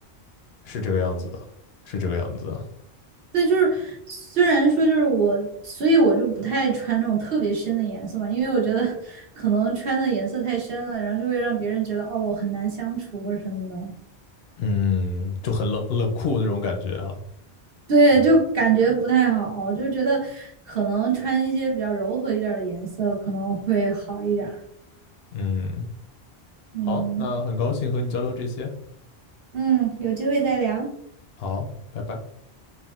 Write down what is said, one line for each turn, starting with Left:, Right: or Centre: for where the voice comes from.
Left: 是这个样子的，是这个样子的。
Right: 对，就是虽然说就是我，所以我就不太穿那种特别深的颜色嘛，因为我觉得 <laughs> 可能穿的颜色太深了，然后就会让别人觉得哦我很难相处或者什么的，
Left: 嗯，就很冷冷酷那种感觉啊。
Right: 对，
Left: 嗯
Right: 就感觉不太好，就觉得可能穿一些比较柔和一点儿的颜色可能会好一点儿
Left: 嗯，
Right: 嗯
Left: 好，那很高兴和你交流这些。
Right: 嗯，有机会再聊，
Left: 好，拜拜。